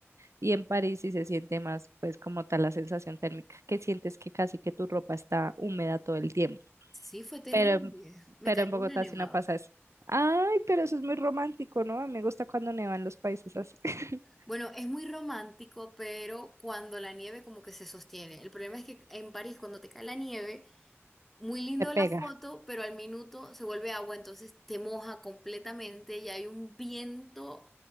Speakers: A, on the right; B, in the centre.
A: Y en París sí se siente más pues como tal la sensación térmica, que sientes que casi que tu ropa está húmeda todo el tiempo.
B: sí fue terrible,
A: Pero, en-
B: me
A: pero
B: cayó
A: en Bogotá
B: una nevada.
A: sí no pasa eso. Ay, pero eso es muy romántico, ¿no? A mí me gusta cuando nevan los países así. <laughs>
B: Bueno, es muy romántico, pero cuando la nieve como que se sostiene. El problema es que en París cuando te cae la nieve Muy lindo
A: Te pega.
B: la foto, pero al minuto se vuelve agua, entonces te moja completamente y hay un viento